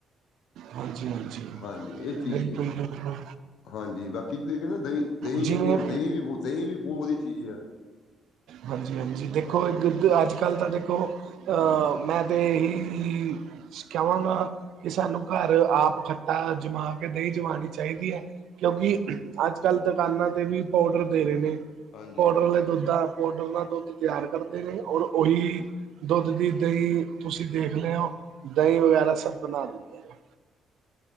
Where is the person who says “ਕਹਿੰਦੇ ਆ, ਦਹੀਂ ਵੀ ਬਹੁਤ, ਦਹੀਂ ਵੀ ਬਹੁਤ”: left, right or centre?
Left